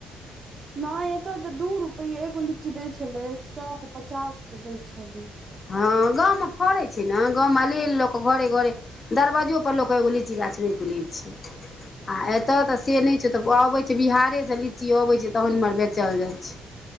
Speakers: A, on the right; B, on the left.
A: नहि एतय तऽ दू रुपए एगो लीची दै छलै, सए गो पचास गो दै छलै।
B: हँ, गामे फड़ैत छै, ने गामे लेल लोक घरे घरे। दरवाजो पर लोक एगो लीची गाछ रोपि लैत छै, आ एतय तऽ से नहि। तऽ अबै छै, बिहारेसँ लीची अबै छै, तहन एम्हर बेचल जाइ छै।